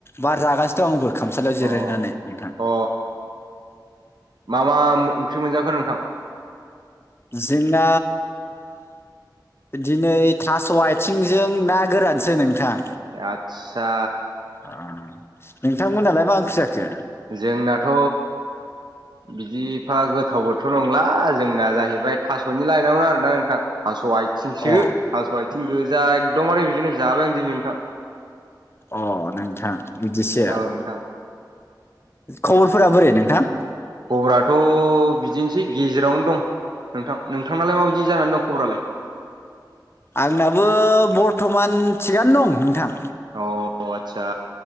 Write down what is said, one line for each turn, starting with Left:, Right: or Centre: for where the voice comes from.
Left: बार जागासिनो दं आंबो खामसालियाव जिरायनानै
Right: अ
Left: नोंथां
Right: अ मा मा ओंख्रि मोनजाखो नोंथां?
Left: जोंना? दिनै थास' आथिंजों ना गोरानसो नोंथां।
Right: आतसा
Left: अ नोंथांमोनहालाय मा ओंख्रि जाखो?
Right: जोंनाथ' बिदिफा गोथावबोथ' नंला जोंना जाहैबाय थास'नि लायनामोन आरोना नोंथां। थास' आथिंसो
Left: अ
Right: थास' आथिं गोजा एखदमबार बिदिनो जाबाय आं दिनै नोंथां।
Left: अ नोंथां बिदिसो
Right: औ नोंथां
Left: खबरफोरा बोरै नोंथां?
Right: खबराथ' बिदिनोसै गेजेरावनो दं नोंथां। नोंथांनालाय माबायदि जानानै दं खबरालाय?
Left: आंनाबो बर्थमान थिगानो दं नोंथां।
Right: अ आदसा